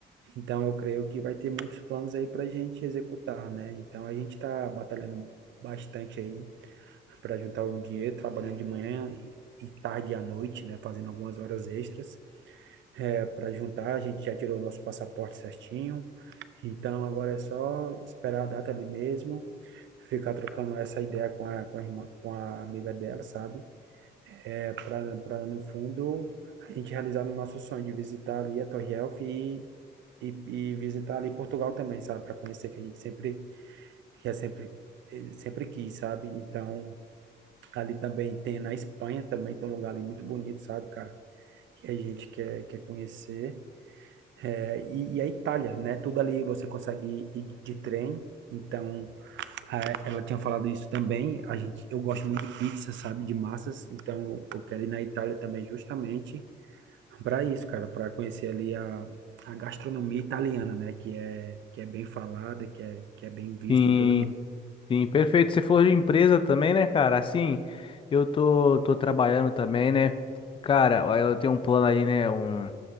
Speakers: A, on the right; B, on the left.
A: Então eu creio que vai ter muitos planos aí para a gente executar, né? Então a gente tá batalhando bastante aí para juntar um dinheiro, trabalhando de manhã e, e tarde e à noite, né? Fazendo algumas horas extras é, para juntar. A gente já tirou o nosso passaporte certinho. Então agora é só esperar a data ali mesmo, ficar trocando essa ideia com a, com a irmã, com a amiga dela, sabe? É, para para no fundo a gente realizar o nosso sonho de visitar ali a Torre Eiffel e, e, e visitar ali Portugal também, sabe? Para conhecer que a gente sempre que é sempre eh, sempre quis, sabe? Então ali também tem na Espanha também tem um lugar ali muito bonito, sabe, cara? Que a gente quer quer conhecer. É, E, e a Itália, né? Tudo ali você consegue ir de trem. Então, ah, ela tinha falado isso também. A gente, eu gosto muito de pizza, sabe? De massas. Então, eu quero ir na Itália também justamente para isso, cara, para conhecer ali a, a gastronomia italiana, né? Que é, que é bem falada, que é, que é bem vista
B: Sim,
A: em todo mundo.
B: sim, perfeito. Você falou de empresa também, né, cara? Assim, eu tô, tô trabalhando também, né? Cara, ó, eu tenho um plano ali, né? Um,